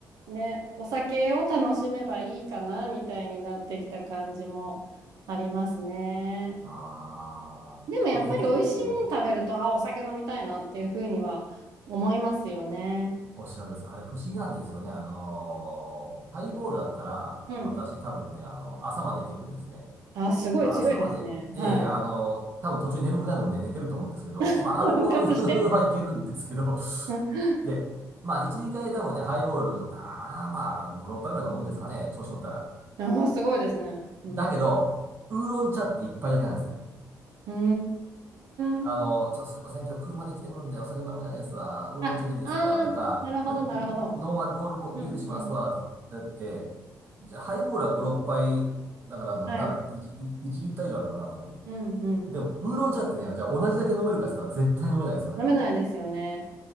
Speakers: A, on the right (about 80°); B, on the right (about 35°).
A: ね、お酒を楽しめばいいかな、みたいになってきた感じもありますね。
B: ああ、
A: でもやっぱり美味しいもん食べると、
B: 焼き、うん
A: あ、お酒飲みたいなっていうふうには思いますよね。
B: おっしゃるんです。あれ不思議なんですよね。あのーハイボールだったら、
A: うん。
B: 私多分ね、あの、朝までいけるんですね。
A: あ、すごい強いですね。
B: まあ朝まで、いやいや、
A: はい。
B: あのー多分途中眠くなるんで寝てると思うんですけど、
A: <laughs>
B: まあアルコール
A: 復活して。
B: <laughs> はいけるんですけど、
A: <laughs>
B: で、まあ1、2回多分ね、ハイボール、なあ、まあ5、6杯ぐらい飲むんですかね、調子乗ったら。
A: あすごいですね。うん。
B: だけど、ウーロン茶って一杯だけなんですね。
A: うーん。
B: あの、ちょっとすみません、今日車で来てるんでお酒飲めないですわ。ウーロン茶でいいですかとか、
A: あ、あー、なるほど、
B: んノンアルコールボビールしますわ。
A: なるほど。うん、うん。
B: だって、じゃあハイボールは5、6杯、だからなんだ、
A: はい。
B: 1、いちリッター以上あるのかな、多分。
A: うん、うん。
B: でも、ウーロン茶ってね、じゃあ同じだけ飲めるかって言ったら絶対飲めないですよね。
A: 飲めないですよね。